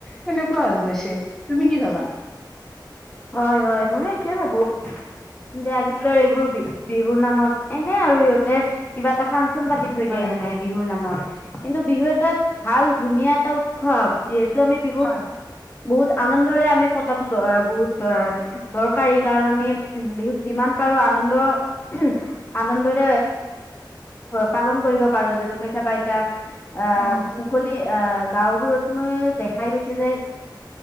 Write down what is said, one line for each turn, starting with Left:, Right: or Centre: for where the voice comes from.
Centre: সেনেকুৱা হৈ গৈছে তুমি কি ভাবা।
Left: হয় - হয়, ময়ো সেইটোৱে ভাবোঁ। যে আজিকালৰ এইবোৰ বি- বিহুৰ নামত এনে আৰু সিহঁতে কিবা এটা ফান চোন পাতি থৈ
Centre: হয়
Left: দে মানে বিহুৰ নামত। কিন্তু বিহু এটা ভাল ধুনীয়া এটা উৎসৱ, যিহেতু আমি বিহুক
Centre: হয়
Left: বহুত আনন্দৰে আমি পতাতো দৰ বহুত দুৱা দৰকাৰি কাৰণ আমি উম, বিহুক যিমান পাৰো আনন্দ-আনন্দ <unintelligible> পালন কৰিব পাৰো যেনেকৈ চাবা এতিয়া আহ,
Centre: অ
Left: মুকলি আহ, গাওবোৰত মই দেখাই গৈছে যে